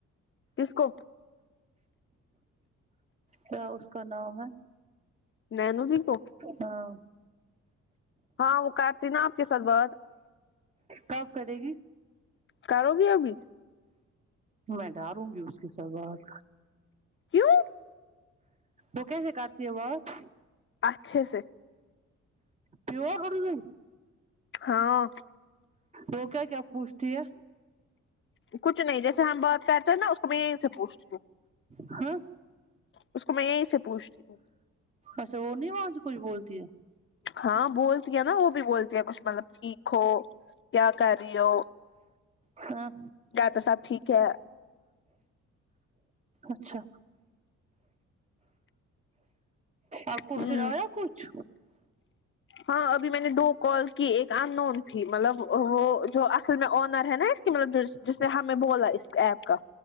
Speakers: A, on the left; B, on the right.
A: کس کو
B: کیا اس کا نام ہے
A: نینو جی کو
B: ہاں
A: ہاں وہ کارتی نا آپ کے ساتھ بات
B: کب کرے گی
A: کروگی ابھی
B: میں ڈاروں گی اس کے ساتھ بات
A: کیوں
B: وہ کیسے کرتی ہے بات
A: اچھے سے
B: پیور اردو
A: ہاں
B: وہ کیا کیا پوچھتی ہے
A: کچھ نہیں جیسے ہم بات کرتے ہیں نا اس کو میں یہیں سے پوچھتی ہوں
B: ہاں
A: اس کو میں یہیں سے پوچھتی ہوں
B: اچھا وہ نہیں وہاں سے کچھ بولتی ہے
A: ہاں بولتی ہے نا وہ بھی بولتی ہے کچھ مطلب ٹھیک ہو کیا کر رہی ہو
B: ہاں
A: گھر پہ سب ٹھیک ہے
B: اچھا آپ کو
A: ہوں
B: پھر آیا کچھ
A: ہاں ابھی میں نے دو کال کی ایک ان نون تھی مطلب وہ جو اصل میں آنر ہے نا مطلب جس جس نے ہمیں بولا اس ایپ کا